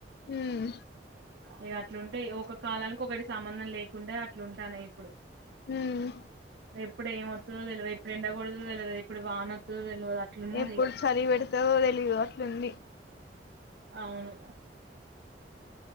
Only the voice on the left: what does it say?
ఉమ్
హ్మ్
ఎప్పుడు
చలి పెడతదో తెలీదు అట్లుంది